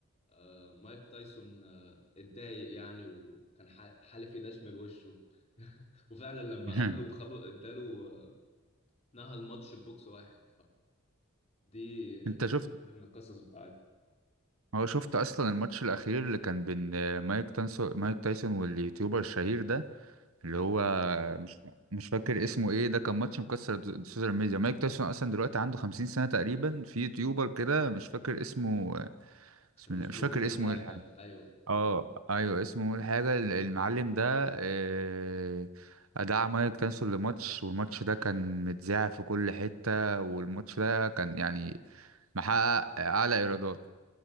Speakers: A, on the left; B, on the right.
A: آه، مايك تايسون آه، اتضايق يعني وكان ح- حالف يدشمل وشه <laughs> وفعلا لما
B: <laughs>
A: قابله خب اداله آه، نهى الماتش ببوكس واحد فدي
B: انت شفت
A: دي من ضمن القصص بتاعتي
B: هو شفت اصلا الماتش الاخير اللي كان بين آه، مايك تانسو مايك تايسون واليوتيوبر الشهير ده اللي هو
A: انا
B: مش مش فاكر اسمه ايه ده كان ماتش مكسر الد- السوشيال ميديا مايك تايسون اصلا دلوقتي عنده 50 سنة تقريبا في يوتيوبر كده مش فاكر اسمه آه، بسم
A: كان
B: الله
A: اسمه
B: مش فاكر
A: بول
B: اسمه
A: حاجة
B: ايه الحاجة
A: ايوه
B: اه ايوه اسمه ايه الحاجة ال- المعلم ده آه، دعا مايك تايسون لماتش والماتش ده كان متذاع في كل حتة والماتش ده كان يعني محقق اعلى ايرادات